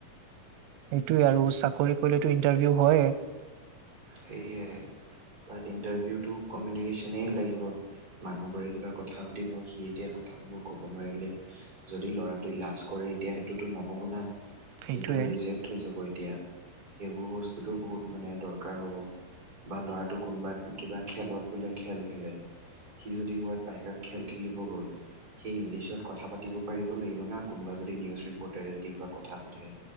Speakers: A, on the right (about 85°); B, on the right (about 25°).
A: সেইটোৱে আৰু চাকৰি কৰিলেতো ইণ্টাৰভিউ হয়ে।
B: সেয়াই তাত ইণ্টাৰভিউটো কমিউনিকেশ্যনেই লাগিব। মানুহবোৰে কিবা কথা সুধিব সি এতিয়া কথাবোৰ ক'ব নোৱাৰিলে যদি ল'ৰাটোৱে লাজ কৰে এতিয়া সেইটোতো নহ'ব না।
A: সেইটোয়ে
B: সেইটো ৰিজেক্ট হৈ যাব এতিয়া সেইবোৰ বস্তুটো বহুত মানে দৰকাৰ। দৰকাৰ হ'ব বা ল'ৰাটো কোনোবা কিবা খেলত বোলে খেলে। সি যদি ক'ৰবাত বাহিৰত খেল খেলিব গ'ল। সেই ইংলিছত কথা পাতিব পাৰিব লাগিব না কোনোবা যদি নিউজ ৰিপৰ্টাৰে যদি কিবা কথা সুধে।